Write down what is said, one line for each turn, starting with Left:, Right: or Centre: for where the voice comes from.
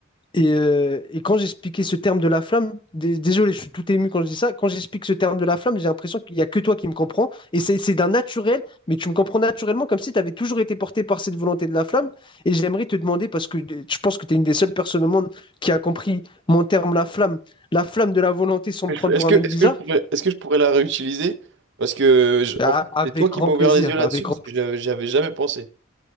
Left: Et, euh, et quand j'expliquais ce terme de la flamme, dé- désolé, je suis tout ému quand je dis ça, quand j'explique ce terme de la flamme, j'ai l'impression qu'il n'y a que toi qui me comprends. Et c'est c'est d'un naturel, mais tu me comprends naturellement comme si tu avais toujours été porté par cette volonté de la flamme. Et j'aimerais te demander, parce que euh, je pense que tu es une des seules personnes au monde qui a compris mon terme, la flamme, la flamme de la volonté sans me
Right: Mais
Left: prendre
Right: je- Est-ce
Left: pour
Right: que,
Left: un mec
Right: est-ce
Left: bizarre,
Right: que je pourrais, est-ce que je pourrais la réutiliser? Parce que je-
Left: Ah,
Right: en fait,
Left: avec
Right: c'est toi qui
Left: grand
Right: m'as
Left: plaisir,
Right: ouvert les yeux là-dessus,
Left: avec grand
Right: parce que j'avais j'avais jamais pensé.